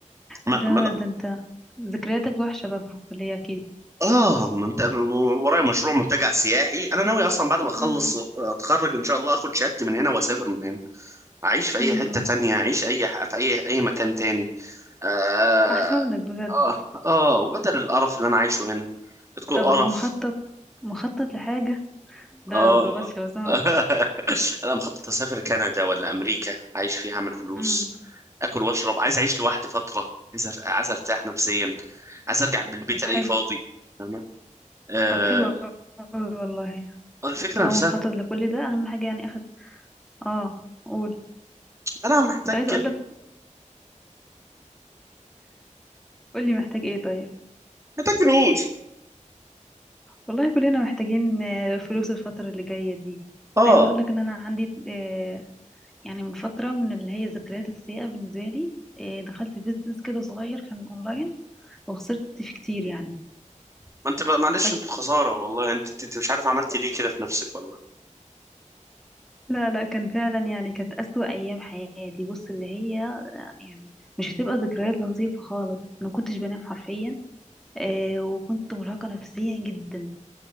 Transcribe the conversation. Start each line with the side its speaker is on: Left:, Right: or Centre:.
Right: ما
Centre: ده
Right: ما أنا-
Centre: ده انت ذكرياتك وحشه بقى في الكليه اكيد
Right: اه منت... ورايا مشروع منتجع سياحي انا ناوي اصلا بعد ما
Centre: امم
Right: اخلص اتخرج ان شاء الله اخد شهادتي من هنا واسافر من هنا اعيش في اي
Centre: امم
Right: حتة
Centre: أمم.
Right: تانية اعيش اي ح- في اي اي مكان تاني آه
Centre: احسن لك بجد
Right: آه آه وبدل القرف اللي أنا عايشه هنا بتكون
Centre: طب
Right: قرف
Centre: مخطط مخطط لحاجه لا
Right: آه
Centre: لا ما تضغطش لو سمحت
Right: <laughs> أنا مخطط أسافر كندا ولا أمريكا أعيش فيها أعمل فلوس
Centre: امم
Right: آكل وأشرب عايز أعيش لوحدي فترة عايز أر- عايز أرتاح نفسيا عايز أرجع بالبيت
Centre: طب حلو
Right: ألاقيه فاضي فاهمة آه
Centre: طب حلو أوي والله
Right: الفكرة
Centre: طالما
Right: نفسها
Centre: مخطط لكل ده أهم حاجة يعني أخد اه قول
Right: أنا محتاج
Centre: كنت عايزة
Right: كده
Centre: أقولك قولي محتاج ايه طيب
Right: محتاج فلوس
Centre: والله كلنا محتاجين آه، فلوس الفترة اللي جاية دي
Right: آه
Centre: عايزة أقولك إن أنا عندي آه، يعني من فترة من اللي هي الذكريات السيئة بالنسبة لي آه، دخلت بيزنس كده صغير كان أونلاين وخسرت فيه كتير يعني
Right: ما أنت بقى- معلش
Centre: فك...
Right: أنتوا خسارة والله أنت أنت مش عارف عملت ليه كده في نفسك والله
Centre: لا لا كان فعلا يعني كانت أسوأ أيام حياتي بص اللي هي يعني مش هتبقى ذكريات لطيفة خالص ما كنتش بنام حرفيا آه وكنت مرهقة نفسيا جدا